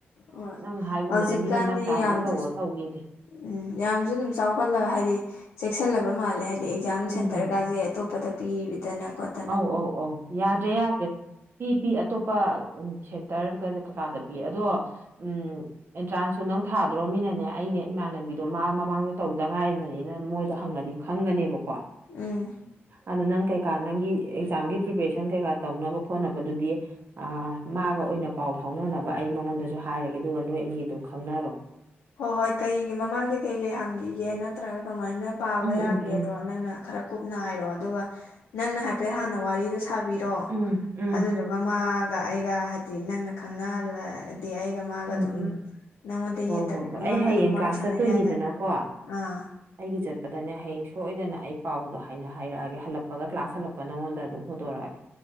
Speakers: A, on the left (about 90°); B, on the right (about 55°).
A: ꯍꯣꯏ
B: ꯅꯪ ꯍꯥꯏꯒꯨꯝꯗ
A: ꯍꯧꯖꯤꯛꯀꯥꯟꯗꯤ
B: ꯂꯝꯕꯤ ꯂꯝꯗꯥꯡ ꯆꯥꯕꯖꯦ
A: ꯌꯥꯝꯁꯨ
B: ꯇꯧꯔꯣ ꯇꯧꯒꯦꯗꯤ
A: ꯎꯝ ꯌꯥꯝꯖꯨ ꯗꯨꯝ ꯆꯥꯎꯈꯠꯂ ꯍꯥꯏꯗꯤ ꯆꯦꯛꯁꯜꯂꯕ ꯃꯥꯜꯂꯦ ꯍꯥꯏ ꯗꯤ ꯑꯦꯛꯖꯥꯝ
B: ꯎꯝ
A: ꯁꯦꯟꯇꯔꯒꯖꯦ
B: ꯎꯝ
A: ꯑꯇꯣꯞꯄꯗ ꯄꯤꯗꯅ ꯈꯣꯠ
B: ꯑꯧ ꯑꯧ ꯑꯧ ꯌꯥꯗ꯭ꯔꯦ ꯌꯥꯗ꯭ꯔꯦ ꯄꯤ ꯄꯤ ꯑꯇꯣꯞ ꯄ ꯎꯝ ꯁꯦꯟꯇ꯭ꯔꯒ ꯀꯩꯀꯥꯗ ꯄꯤ ꯑꯗꯣ ꯎꯝ ꯑꯦꯟꯇ꯭ꯔꯥꯟꯁꯁꯨꯨ ꯅꯪ ꯊꯥꯗ꯭ꯔꯣꯃꯤꯅꯅꯦ ꯑꯩꯅꯦ ꯏꯃꯥꯟꯅꯕꯤꯗꯣ ꯃꯥ ꯃꯃꯥꯡꯗ ꯇꯧꯗ ꯉꯥꯏꯔꯤꯕꯅꯤꯅ ꯃꯣꯏꯗ ꯍꯪꯉꯗꯤ ꯈꯪꯒꯅꯦꯕꯀꯣ
A: ꯎꯝ
B: ꯑꯗꯨ ꯅꯪ ꯀꯩꯀꯥ ꯅꯪꯒꯤ ꯑꯦꯛꯖꯥꯝꯒꯤ ꯄ꯭ꯔꯤꯄꯦꯔꯦꯁꯟ ꯀꯩꯀꯥ ꯇꯧꯅꯕ ꯈꯣꯠꯅꯕꯗꯨꯗꯤ ꯑ ꯃꯥꯒ ꯑꯣꯏꯅ ꯄꯥꯎ ꯐꯥꯎꯅꯅꯕ ꯑꯩ ꯃꯉꯣꯟꯗꯁꯨ ꯍꯥꯏꯔꯒꯦ ꯑꯗꯨꯒ ꯅꯣꯏ ꯑꯅꯤ ꯑꯗꯨꯝ ꯈꯪꯅꯔꯣ
A: ꯍꯣꯏ ꯍꯣꯏ ꯀꯩꯒꯤ ꯃꯃꯥꯡꯗ ꯀꯩ ꯀꯩ ꯍꯪꯈꯤꯒꯦ ꯅꯠꯇ꯭ꯔꯥꯒ ꯀꯃꯥꯏꯅ ꯄꯥꯕ
B: ꯎꯝ
A: ꯌꯥꯒꯦꯗꯣ
B: ꯎꯝ ꯎꯝ
A: ꯅꯪꯅ ꯈꯔ ꯀꯨꯞꯅ ꯍꯥꯏꯔꯣ ꯑꯗꯨꯒ ꯅꯪꯅ ꯍꯥꯏꯐꯦꯠ ꯍꯥꯟꯅ ꯋꯥꯔꯤꯗꯣ ꯁꯥꯕꯤꯔꯣ
B: ꯎꯝ ꯎꯝ
A: ꯑꯗꯨꯗꯨ ꯃꯥꯒ ꯑꯩꯒ ꯍꯥꯏꯗꯤ ꯅꯪꯅ ꯈꯪꯅꯍꯜꯂ ꯑꯗꯤ ꯑꯩꯒ ꯃꯥꯒ
B: ꯎꯝ
A: ꯑꯗꯨꯝ
B: ꯎꯝ
A: ꯅꯪꯉꯣꯟꯗ
B: ꯍꯣ
A: ꯌꯦꯠ ꯇꯕꯤꯗ
B: ꯍꯣ ꯍꯣꯏ ꯑꯩ
A: ꯃꯥꯒ
B: ꯍꯌꯦꯡ
A: ꯑꯗꯨꯝ ꯋꯥꯔꯤ
B: ꯀ꯭ꯂꯥꯁ
A: ꯁꯥꯟꯅꯩ
B: ꯆꯠꯇꯣꯏꯅꯤꯗꯅꯀꯣ
A: ꯌꯥꯏꯗꯅ ꯑꯥ
B: ꯑꯩꯒꯤ ꯆꯠꯄꯗꯅꯦ ꯍꯌꯦꯡ ꯁꯣꯏꯗꯅ ꯑꯩ ꯄꯥꯎꯗꯣ ꯍꯥꯏꯅ ꯍꯥꯏꯔꯛꯑꯒꯦ ꯍꯜꯂꯛꯄꯒ ꯀ꯭ꯂꯥꯁ ꯍꯜꯂꯛ ꯄ ꯅꯪꯉꯣꯟꯗ ꯑꯗꯨꯝ ꯍ‌ꯣꯗ‌ꯣꯔꯛꯑꯒꯦ